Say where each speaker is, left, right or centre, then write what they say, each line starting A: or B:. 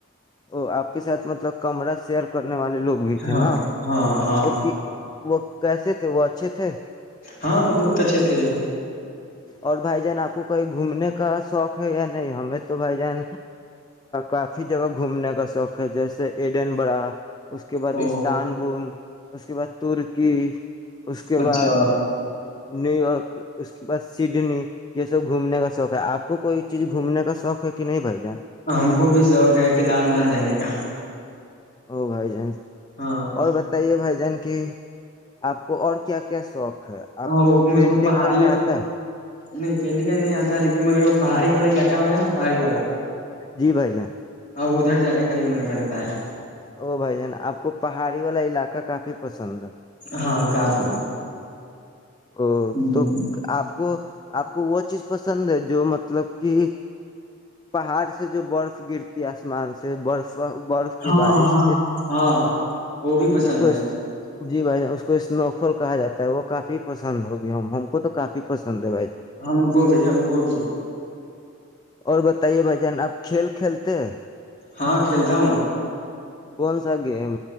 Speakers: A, on the left (about 20°); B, on the left (about 40°).
A: ا آپ کے سھ مطلب کمرہ شیئر کر نے والے لوگ بھی تھے
B: ہاں
A: نا
B: ہاں ہاں
A: وہک وہ کیسے تھے وہ اچھے تھے
B: ہاں بہت اچھے تھے
A: اور بھائی جان آپ کو کو کہیں گھومنے کا شوق ہے یا نہیں ہمیں تو تو بھائی جان کافی جگہ گھومنے کا شوق ہے جیسے ایڈن بڑا اس کے بعد
B: او
A: استانبول اس کے بعد ترکی اس کے
B: اچھا
A: بعد نیو یارک اس <inaudible> بس سڈنی یہ سب گھومنے کا شوق ہے آپ کو کوئی چیز گھومنے کا شوق ہے کہ نہیں بھائی جان
B: ہم کو بھی شوق ہے کیدار نہھ جانے کا
A: او بائی جائیں
B: ہاں
A: اور بتائیے بھائی جان کہ آپ کو اور کیا کیا شوق ہے آپ کو
B: وہ مجھ
A: پینٹنگ
B: پہاڑی
A: کرنے آتا ہے
B: نہیں پینٹنگ کرنے نہیں آتا لیکن مگر وہ پہڑی والا علاقہ ہو نا نا پہڑی والا
A: جی بھائی جان
B: ہاں ادھر جانے کا بھی من کرتا ہے
A: او بھائی جان آپ کو پہاڑی والا علاقہ کافی پسند ہے
B: ہاں کافی
A: ا
B: ہ
A: تو آپ کو آپ کو وہ چیز پسند ہے جو مطلب کہ پہاڑ سے جو برف گرتی ہے آسمان سے برف برف کی
B: ہاں
A: بارش
B: ہاں ہاں وہ بھی پسند
A: اس کو
B: ہے
A: جی بھائی جان اس کو اسنو فال کہا جاتا ہے وہ کافی پسند ہوگی ہم ہم کو تو کافی پسند ہے بھائی جان
B: ہم کو بھی ہم کو بھی
A: اور بتائیے بھائی جان آپ کھیل کھیلتے ہیں
B: ہاں کھیلتا ہوں
A: کون سا گیم